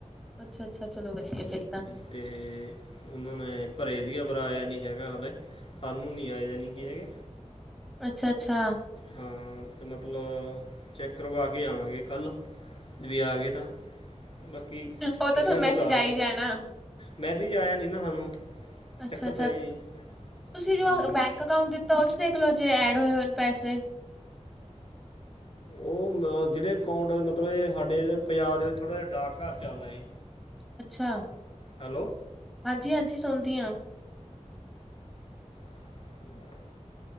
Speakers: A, in the centre; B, on the left (about 50°).
A: ਅੱਛਾ ਅੱਛਾ, ਚਲੋ ਵਧੀਆ ਫੇਰ ਤਾਂ।
B: ਅਤੇ ਉਹਨਾਂ ਨੇ ਭਰਿਆ ਦਾ ਪਰ ਆਇਆ ਨਹੀਂ ਹੈਗਾ, ਹਾਲੇ ਸਾਨੂੰ ਨਹੀਂ ਆਏ ਜਾਨਕੀ ਹੈਗੇ।
A: ਅੱਛਾ, ਅੱਛਾ।
B: ਹਾਂ ਤੇ ਮਤਲਬ, ਚੈੱਕ ਕਰਵਾ ਕੇ ਆਵਾਂਗੇ ਕੱਲ੍ਹ ਵੀਂ ਆ ਗਏ, ਤਾਂ ਬਾਕੀ
A: ਉਹ ਤਾਂ
B: ਕਈਆਂ
A: ਤੁਹਾਨੂੰ
B: ਨੂੰ
A: ਮੈਸੇਜ
B: ਤਾ
A: ਆ ਹੀ ਜਾਣਾ।
B: ਮੈਸੇਸ ਹੀ ਆਇਆ ਨਹੀਂ ਨਾ ਸਾਨੂੰ
A: ਅੱਛਾ,
B: ਚੱਕਰ
A: ਅੱਛਾ
B: ਤਾਂ ਇਹ
A: ਤੁਸੀਂ
B: ਹੈ ਜੀ
A: ਜੋ
B: ਹਾਂਜੀ
A: ਬੈਂ ਅਕਾਊਂਟ ਦਿੱਤਾ, ਉਹ ਚ ਦੇਖਲੋ ਜੇ ਐਡ ਹੋਏ ਹੋਣ ਪੈਸੇ।
B: ਉਹ ਜਿਹੜੇ ਅਕਾਊਂਟ ਮਤਲਬ, ਸਾਡੇ ਪੰਜਾਬ ਦੇ ਵਿੱਚ ਥੋੜਾ ਜਿਹਾ ਡਾਕਘਰ ਚੱਲਦਾ ਸੀ।
A: ਅੱਛਾ,
B: ਹੈਲੋ,
A: ਹਾਂਜੀ, ਹਾਂਜੀ ਸੁਣਦੀ ਹਾਂ।
B: <unintelligible>